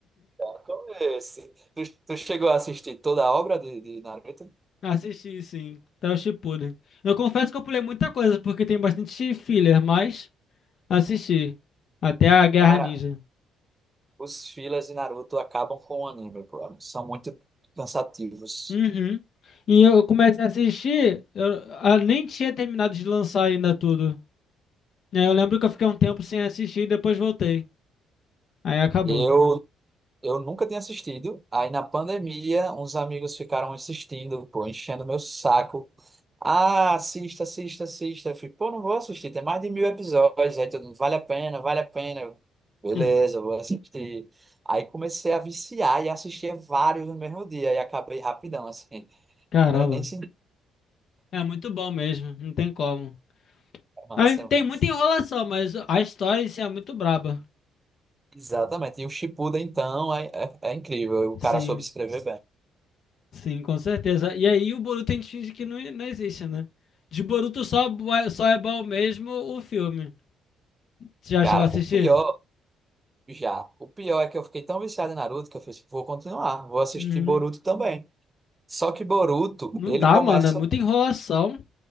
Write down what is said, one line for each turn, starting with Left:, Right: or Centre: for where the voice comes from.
Right: <laughs> Como é esse? Tu, tu chegou a assistir toda a obra de, de Naruto?
Left: Assisti, sim. Até o Shippuden. Eu confesso que eu pulei muita coisa, porque tem bastante filler, mas assisti. Até a Guerra
Right: Cara,
Left: Ninja.
Right: os fillers de Naruto acabam com o anime, pô. São muito cansativos.
Left: Uhum. E eu comecei a assistir, eu ah, nem tinha terminado de lançar ainda tudo. E aí Eu lembro que eu fiquei um tempo sem assistir e depois voltei. Aí acabou.
Right: Eu Eu nunca tinha assistido. Aí na pandemia, uns amigos ficaram assistindo, pô, enchendo meu saco. Ah, assista, assista, assista. Eu fico, pô, não vou assistir, tem mais de mil episódios. Aí todo mundo, vale a pena, vale a pena. Eu, Beleza,
Left: Hum.
Right: eu vou assistir. Aí comecei a viciar e assistia vários no mesmo dia. E acabei rapidão, assim.
Left: Caramba.
Right: Nem, nem senti
Left: É muito bom mesmo, não tem como.
Right: a massa,
Left: Aí Tem
Right: a massa.
Left: muita enrolação, mas a história em si é muito braba.
Right: Exatamente. E o Shippuden, então, é, é, é incrível. O cara
Left: Sim.
Right: soube escrever bem.
Left: Sim, com certeza. E aí o Boruto a gente finge que não, não existe, né? De Boruto só, só é bom mesmo o filme. Você já
Right: Cara,
Left: chegou a assistir?
Right: o pior. Já. O pior é que eu fiquei tão viciado em Naruto que eu fiz, vou continuar, vou assistir
Left: Uhum.
Right: Boruto também. Só que Boruto,
Left: Não
Right: ele
Left: dá,
Right: começa.
Left: mano. É muita enrolação.